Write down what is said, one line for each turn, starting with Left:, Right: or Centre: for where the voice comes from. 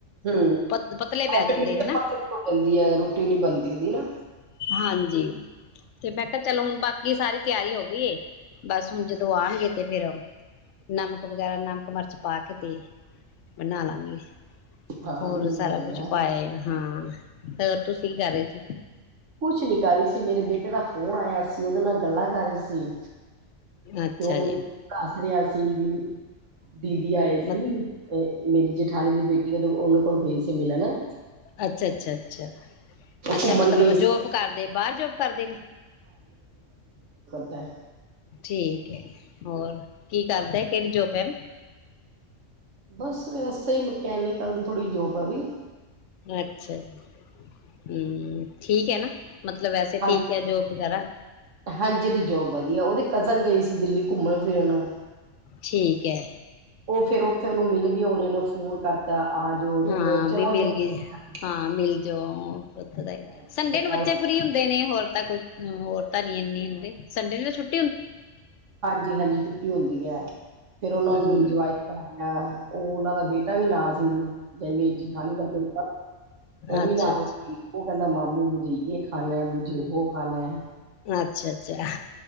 Right: ਹਮ
Left: ਪਤ ਪਤਲੇ
Right: ਪਤਲੀ
Left: ਪੈ ਜਾਂਦੇ ਨੇ ਹਨਾ‌
Right: ਹੋ ਜਾਂਦੀ ਹੈ ਰੋਟੀ ਨੀ ਬਣਦੀ ਉਹਦੀ ਨਾ
Left: ਹਾਂਜੀ ਤੇ, ਮੈਂ ਕਿਹਾ ਚਲੋ ਹੁਣ ਬਾਕੀ ਕੀ ਸਾਰੀ ਤਿਆਰੀ ਹੋ ਗਈ ਆ, ਬਸ ਹੁਣ ਜਦੋਂ ਆਉਣਗੇ ਤੇ ਫੇਰ ਨਮਕ ਵਗੈਰਾ ਨਮਕ ਮਿਰਚ ਪਾ ਕੇ ਤੇ ਬਣਾ ਲਾਂਗੀ।
Right: ਹਾਂ
Left: ਹੋਰ
Right: ਨਹੀਂ
Left: ਸਾਰਾ
Right: ਵਧੀਆ
Left: ਕੁਛ ਪਾਇਆ ਆ। ਹਾਂ। ਹੋਰ ਤੁਸੀਂ ਕੀ ਕਰ ਰਹੇ ਸੀ?
Right: ਕੁਛ ਨੀ ਕਰ ਰਹੀ ਸੀ, ਮੇਰੇ ਬੇਟੇ ਦਾ ਫੋਨ ਆਇਆ ਸੀ। ਉਹਦੇ ਨਾਲ ਗੱਲਾਂ ਕਰ ਰਹੀ ਸੀ।
Left: ਅੱਛਾ
Right: ਤੇ, ਉਹ ਮੈਨੂੰ
Left: ਜੀ
Right: ਦੱਸ ਰਿਹਾ ਸੀ ਵੀ ਦੀਦੀ ਆਏ
Left: ਮ
Right: ਸੀ ਮੇਰੀ ਜੇਠਾਣੀ ਦੀ ਬੇਟੀ ਐ, ਉਹਨਾਂ ਕੋਲ ਗਈ ਸੀ ਮਿਲਣ
Left: ਅੱਛਾ ਅੱਛਾ ਅੱਛਾ। ਅੱਛਾ
Right: ਘੁੰਮਣ
Left: ਮਤਲਬ
Right: ਗਏ ਸੀ
Left: ਜੋਬ ਕਰਦੇ, ਬਾਹਰ ਜੋਬ ਕਰਦੇ ਨੇ?
Right: ਦਾ।
Left: ਠੀਕ ਹੈ ਹੋਰ ਕੀ ਕਰਦੇ। ਕਿਹੜੀ ਜੌਬ ਏ।
Right: ਬਸ ਵੈਸੇ ਈ ਮਕੈਨਿਕਲ ਦੀ ਥੋੜ੍ਹੀ ਜੋਬ ਆ ਥੋੜੀ।
Left: ਅੱਛਾ ਜੀ ਹੂੰ ਠੀਕ ਏ ਨਾ ਮਤਲਬ ਵੈਸੇ
Right: ਹਾਂ
Left: ਠੀਕ ਹੈ ਜੋਬ - ਵਗੈਰਾ
Right: ਹਾਂਜੀ ਓਦੀ ਜੋਬ ਵਧੀਆ। ਉਦੀ ਕਜ਼ਨ ਗਈ ਸੀ ਦਿੱਲੀ-ਘੁੰਮਣ ਫਿਰਨ।
Left: ਠੀਕ ਹੈ।
Right: ਉਹ ਫਿਰ ਉੱਥੇ ਉਹਨੂੰ ਮਿਲਗੀ ਉਹਨੇ ਨੂੰ ਫੋਨ ਕਰਤਾ ਆ ਜੋ
Left: ਹਾਂ
Right: ਇਹ ਬ- ਚਲਾ
Left: ਵੀ ਮਿਲ
Right: ਗਿਆ ਮੇਰਾ
Left: ਗੀ।
Right: ਬੇਟਾ
Left: ਹਾਂ ਮਿਲ ਜੋ ਉਥੋ ਦਾ ਈ
Right: ਤੇਰੇ
Left: ਸੰਡੇ ਨੂੰ
Right: ਨਾਲ
Left: ਬੱਚੇ ਫ੍ਰੀ ਹੁੰਦੇ ਨੇ। ਹੋਰ- ਤਾਂ ਕੁਛ ਹੂੰ ਹੋਰ ਤਾਂ ਨੀ ਇਨੀ
Right: ਫਿਰ-
Left: ਹੁੰਦੇ। ਸੰਡੇ ਨੂੰ ਤਾ ਛੁੱਟ
Right: ਹਾਂਜੀ ਹਾਂਜੀ ਛੁੱਟੀ ਹੁੰਦੀ ਐ। ਫੇਰ ਉਨਾਂ
Left: ਹੂੰ
Right: ਨੂੰ ਇੰਜੋਏ ਕਰ- ਆਹ ਉਹ ਉਨਾਂ ਦਾ ਬੇਟਾ ਵੀ ਨਾਲ ਸੀ। ਜੇ ਮੇਰੀ ਜਠਾਣੀ ਦਾ ਬੇਟਾ ਉਹ
Left: ਅੱਛਾ
Right: ਵੀ ਨਾਲ
Left: ਅੱਛਾ।
Right: ਸੀ। ਓ ਕਹਿੰਦਾ ਮਾਮੂ ਮੁਝੇ ਜੇ ਖਾਣਾ ਹੈ ਮੁਝੇ ਵੋ ਖਾਣਾ ਹੈ।
Left: ਅੱਛਾ ਅੱਛਾ